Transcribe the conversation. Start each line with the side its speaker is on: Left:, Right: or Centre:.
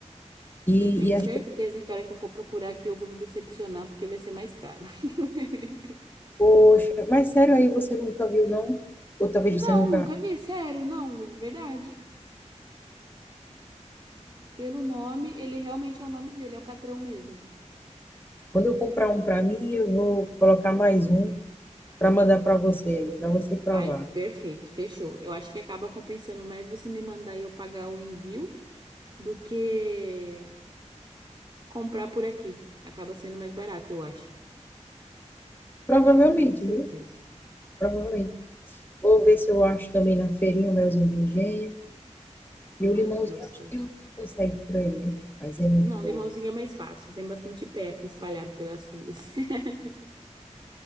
Left: E,
Right: Eu tenho
Left: e
Right: certeza
Left: acho,
Right: que a hora que eu for procurar aqui, eu vou me decepcionar, porque vai ser mais caro. <laughs>
Left: poxa, mas sério aí, você nunca viu, não? Ou talvez
Right: Não,
Left: você nunca.
Right: nunca vi, sério, não, de verdade. Pelo nome, ele realmente é o nome dele, é o Catrão mesmo.
Left: Quando eu comprar um para mim, eu vou colocar mais um para mandar para você aí, para você provar.
Right: Ai, perfeito, fechou. Eu acho que acaba compensando mais você me mandar e eu pagar o envio do que comprar por aqui. Acaba sendo mais barato, eu acho.
Left: Provavelmente,
Right: Com certeza.
Left: viu? Provavelmente. Vou ver se eu acho também na feirinha o melzinho de engenho.
Right: Hum,
Left: E o limãozinho,
Right: Ai, que gostoso.
Left: acho que eu consegue por aí, né? Mas é muito
Right: Não,
Left: bom.
Right: limãozinho é mais fácil. Tem bastante pé aqui espalhado pelas ruas. <laughs>